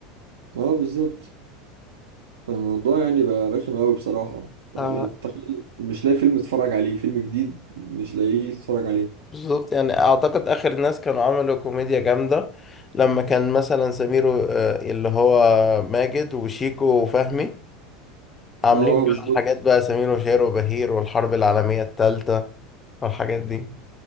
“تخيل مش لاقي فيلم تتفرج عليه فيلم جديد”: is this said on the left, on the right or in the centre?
Right